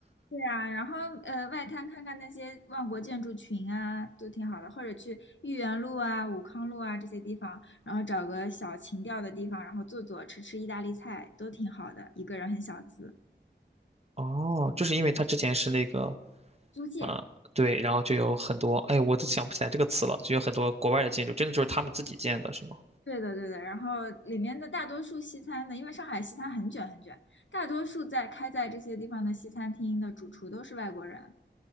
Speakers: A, on the left; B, on the right.
A: 对啊，然后呃，外滩看看那些万国建筑群啊，都挺好的，或者去豫园路啊、武康路啊这些地方，然后找个小情调的地方，然后坐坐吃吃意大利菜，都挺好的。一个人很小资，
B: 哦，就是因为它之前是那个，
A: 租界。
B: 呃，对，然后就有很多，哎，我都想不起来这个词了，就有很多国外的建筑，真的就是他们自己建的，是吗？
A: 对的，对的。然后里面的大多数西餐呢，因为上海西餐很卷很卷，大多数在开在这些地方的西餐厅的主厨都是外国人，